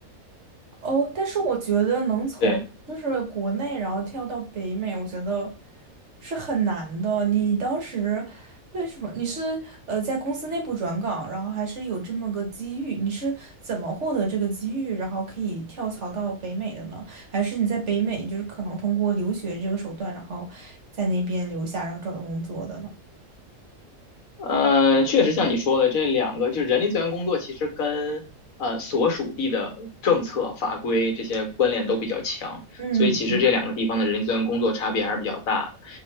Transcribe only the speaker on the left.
对，
呃，确实像你说的，这两个就是人力资源工作，其实跟呃所属地的政策法规这些关联都比较强，
所以其实这两个地方的人力资源工作差别还是比较大的。